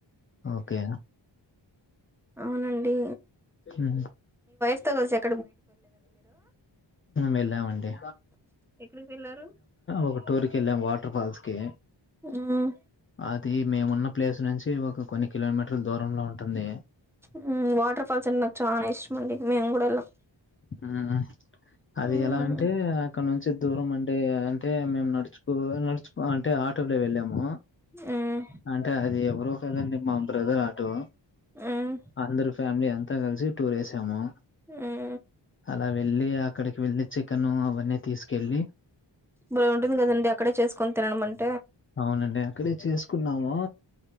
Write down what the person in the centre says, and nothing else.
అవునండి
దోష
ఎక్కడికి వెళ్ళారు
మ్మ్
హ్మ్ వాటర్ ఫాల్స్ నాకు చానా ఇష్టం మేము కూడా వెళ్ళాం.
మ్మ్
మ్మ్
మ్మ్
ఆ
భలే ఉంటుంది కదండి. అక్కడే చేసుకొని తినడం మంటే